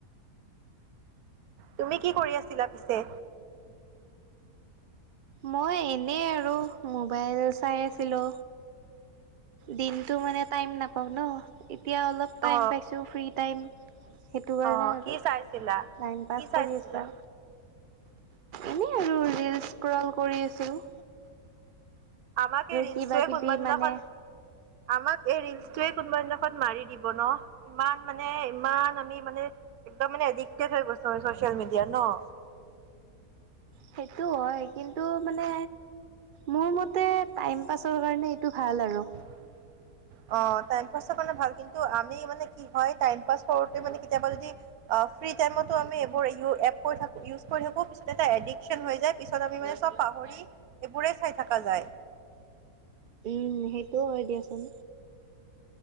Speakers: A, on the right (about 70°); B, on the right (about 80°).
A: তুমি কি কৰি আছিলা পিছে?
B: মই এনেই আৰু মোবাইল চাই আছিলো। দিনটো মানে টাইম নাপাওঁ ন' এতিয়া অলপ টাইম
A: অ
B: পাইছোঁ ফ্ৰী টাইম। সেইটো কাৰণে,
A: অ
B: আৰু
A: কি চাইছিলা
B: টাইম পাছ
A: কি চাইছিলা
B: কৰি আছোঁ। এনেই আৰু ৰিলচ ক্ৰোল কৰি আছিলো।
A: আমাক এই ৰিলচটোৱে
B: কিবা কিবি
A: কোনোবা দিনাখন
B: মানে
A: আমাক এই ৰিলচটোৱে কোনোবা দিনাখন মাৰি দিব ন' ইমান মানে ইমান আমি মানে একদম মানে এদিকটেদ হৈ গৈছো আমি চ'চিয়েল মিডিয়াত ন'!
B: সেইটো হয়, কিন্তু মানে মোৰ মতে টাইম পাছৰ কাৰণে, এইটো ভাল আৰু।
A: <inaudible> অ', টাইম পাছ কাৰনে ভাল। কিন্তু, আমি মানে কি হয়, টাইম পাছ কৰোতে মানে কেতিয়াবা যদি অ', ফ্ৰী টাইমোটো আমি এইবোৰ এ কৰি থাকো ইউজ কৰি থাকো, পিছত এটা এডিক্যন হৈ যায়। পিছত আমি মানে চব পাহৰি এইবোৰে চাই থকা যায়।
B: উম, সেইটোও হয়, দিয়াচোন।